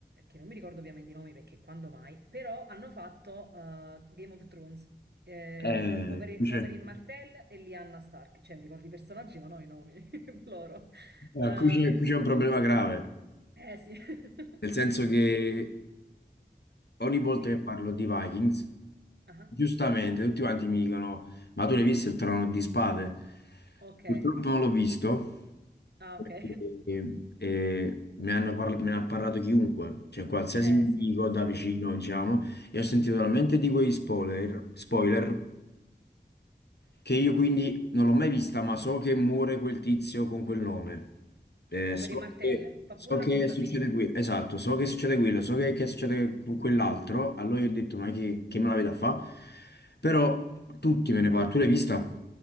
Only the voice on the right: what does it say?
che non mi ricordo ovviamente i nomi perché quando mai, però hanno fatto eh, Game of Thrones, eh,
Oberyn,
Oberyn
Martell e Lyanna Stark, cioè mi ricordo i personaggi ma non i nomi <laughs> loro.
Ehm,
eh sì. <laughs>
E
dimmi.
Ah,
Ok.
Ah,
ok. <laughs>
Eh
sì, sì,
sì,
sì.
Oberyn Martell
fa
pure
la brutta
fine.